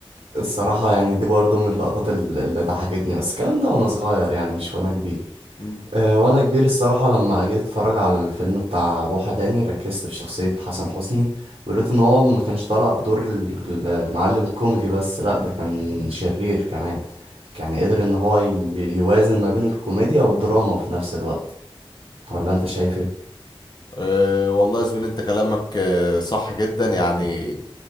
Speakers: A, on the right; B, on the left.
A: الصراحة يعني دي برضه من اللقطات ال- اللي ضحكتني بس الكلام ده وانا صغير يعني مش وانا كبير
B: مم.
A: آه، وانا كبير الصراحة لما جيت اتفرج على الفيلم بتاع بوحة تاني ركزت في شخصية حسن حسني ولقيت ان هو ما كانش طالع بدور ال- ال- المعلم كوميدي بس لا ده كان شرير كمان يعني قدر ان هو ي- يوازن ما بين الكوميديا والدراما في نفس الوقت ولا انت شايف ايه
B: أه والله يا زميلي انت كلامك أه صح جدا يعني